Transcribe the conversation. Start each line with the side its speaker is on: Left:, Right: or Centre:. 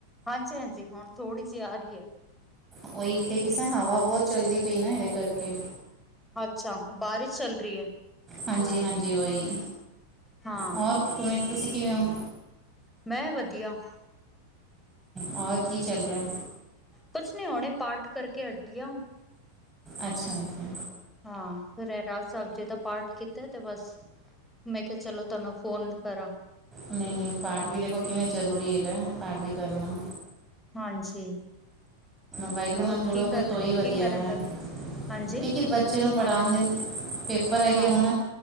Centre: ਹਾਂਜੀ-ਹਾਂਜੀ ਹੁਣ ਥੋੜ੍ਹੀ ਜਿਹੀ ਆ ਰਹੀ ਏ।
Right: ਉਹੀ ਇੱਥੇ ਕਿਸੇ ਹਵਾ ਬਹੁਤ ਚੱਲਦੀ ਪਈ ਨਾ ਇਹਦੇ ਕਰਕੇ।
Centre: ਅੱਛਾ ਬਾਰਿਸ਼ ਚੱਲ ਰਹੀ ਏ।
Right: ਹਾਂਜੀ-ਹਾਂਜੀ ਓਹੀ,
Centre: ਹਾਂ
Right: ਹੋਰ ਕਿਵੇਂ ਤੁਸੀਂ ਕਿਵੇਂ ਹੋ?
Centre: ਮੈਂ ਵਧੀਆ।
Right: ਔਰ ਕੀ ਚੱਲ ਰਿਹਾ?
Centre: ਕੁਛ ਨੀ ਹੁਣੇ ਪਾਠ ਕਰਕੇ ਹਟੀ ਓ।
Right: ਅੱਛਾ ਜੀ।
Centre: ਹਾਂ ਰਹਿਰਾਸ ਸਾਹਿਬ ਜੀ ਦਾ ਪਾਠ ਕੀ ਤੇ ਬਸ, ਮੈਂ ਕਿਹਾ ਚਲੋ ਤੁਹਾਨੂੰ ਫੋਨ ਕਰਾਂ।
Right: ਨਹੀਂ-ਨਹੀਂ ਪਾਠ ਵੀ ਦੇਖੋ ਕਿਵੇਂ ਜ਼ਰੂਰੀ ਹੈਗਾ ਪਾਠ ਵੀ ਕਰਨਾ।
Centre: ਹਾਂਜੀ
Right: ਵਾਹਿਗੁਰੂ
Centre: ਹੋਰ
Right: ਨਾਲ ਜੁੜੋਗੇ
Centre: ਕੀ ਕਰਨ
Right: ਤੋ ਹੀ
Centre: ਕੀ
Right: ਵਧੀਆ
Centre: ਕਰਨ
Right: ਹੈ।
Centre: ਲੱਗ ਹਾਂਜੀ
Right: ਇਹ ਕਿ ਬੱਚੇ ਨੂੰ ਪੜ੍ਹਾਉਣ ਦੇ ਪੇਪਰ ਹੈਗੇ
Centre: ਹਾਂ
Right: ਹੁਣ।